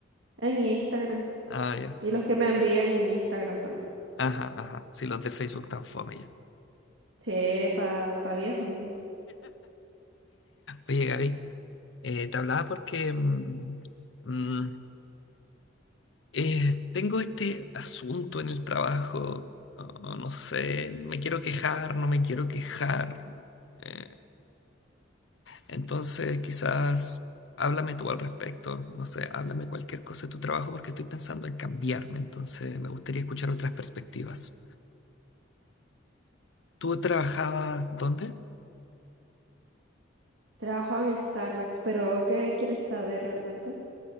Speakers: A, on the right; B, on the left.
A: en Instagram.
B: Ah, ya.
A: Y los que me envían en Instagram también.
B: Ajá, ajá. Sí, los de Facebook tan fome ya.
A: Sí, pa, pa viejo nomás.
B: Oye, Gaby, eh, te hablaba porque mm, mm, eh, tengo este asunto en el trabajo. Oh, no sé, me quiero quejar, no me quiero quejar. Eh, Entonces, quizás háblame tú al respecto, no sé, háblame cualquier cosa de tu trabajo porque estoy pensando en cambiarme, entonces me gustaría escuchar otras perspectivas. ¿Tú trabajabas dónde?
A: Trabajo en Starbucks, pero ¿qué quieres saber realmente?